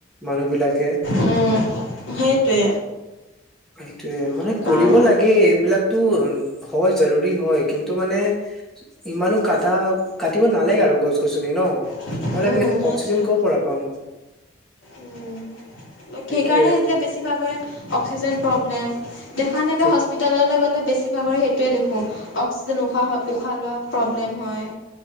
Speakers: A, in the centre; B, on the left.
A: মানুহ বিলাক
B: উম। সেইটোৱে
A: সেইটোৱে
B: সেইকাৰণে
A: মানে কৰিব লাগে এইবিলাক টো হয় জৰুৰী হয় কিন্তু মানে ইমানো কটা কাটিব নালাগে আৰু গছ গছনি ন
B: উম
A: নহ'লে আমি
B: সেইটোৱে
A: অক্সিজেন ক'ৰ পৰা পাম
B: উম
A: সেইটোয়ে
B: সেইকাৰণে এতিয়া বেছি ভাগৰে অক্সিজন প্ৰব্লেম দেখা নাই
A: সেই
B: হস্পিতললৈ গ'লে বেছিভাগৰে সেইটোৱে দেখোঁ অক্সিজেন উশাহ উশাহ লোৱা প্ৰব্লেম হয়